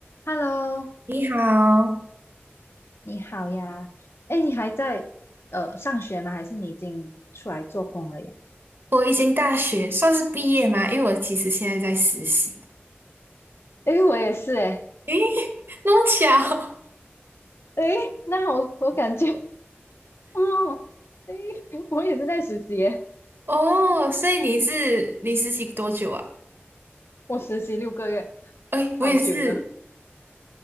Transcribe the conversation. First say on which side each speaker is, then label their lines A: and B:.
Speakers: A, on the left; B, on the right.
A: Hello，
B: 你好，
A: 你好呀。哎，你还在呃上学吗？还是你已经出来做工了呀？
B: 我已经大学算是毕业吗？因为我其实现在在实习。
A: 哎，我也是哎。
B: 诶，<laughs> 那么巧
A: 哎，那我我感觉，哦，哎，我也是在实习耶。
B: 哦，所以你是你实习多久啊？
A: 我实习六个月，
B: 哎，
A: 超久了。
B: 我也是，